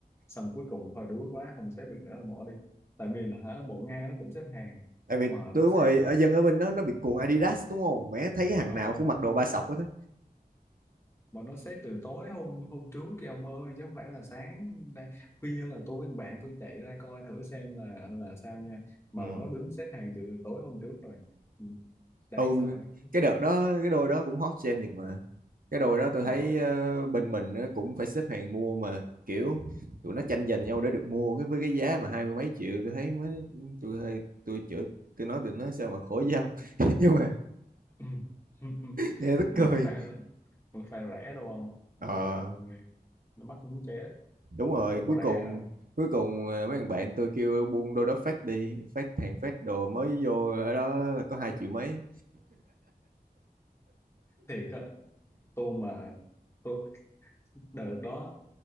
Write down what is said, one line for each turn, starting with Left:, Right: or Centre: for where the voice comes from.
Left: xong cuối cùng thôi đuối quá không xếp được nữa thôi bỏ đi tại vì là hả, bộ Nga nó cũng xếp hàng
Right: tại vì
Left: mà
Right: tôi
Left: nó
Right: đúng
Left: xếp
Right: rồi ở dân ở bên đó nó bị cuồng Adidas đúng không mẹ thấy cái hàng
Left: ờ
Right: nào cũng mặc đồ ba sọc hết á.
Left: mà nó xếp từ tối hôm hôm trước kia ông ơi chứ không phải là sáng ra- khuya là tôi với thằng bạn tôi chạy ra coi thử xem là là sao nha mà
Right: Ừ.
Left: bọn nó đứng xếp hàng từ tối hôm trước rồi Ừ, đáng
Right: ừ
Left: sợ này
Right: cái đợt đó cái đôi đó cũng hot trend thiệt mà cái đôi đó tôi
Left: mà
Right: thấy
Left: có
Right: ờ, bên mình nó cũng phải xếp hàng mua mà kiểu tụi nó tranh giành nhau để được mua cái với cái giá mà hai mươi mấy triệu tôi thấy mới tôi hơi tôi chửi tôi nói tụi nó sao mà khổ dâm <laughs> nhưng mà
Left: <laughs>
Right: nghe tức
Left: mà
Right: cười
Left: có phải mà có phải rẻ đâu không
Right: ờ
Left: trời ơi nó mắc muốn chết
Right: đúng rồi
Left: đâu
Right: cuối
Left: có rẻ
Right: cùng
Left: đâu
Right: cuối cùng ờ, mấy thằng bạn tôi kêu buông đôi đó phát đi phát hàng phát đồ mới vô ở đó là có hai triệu mấy
Left: thiệt á tôi mà tôi đợt đó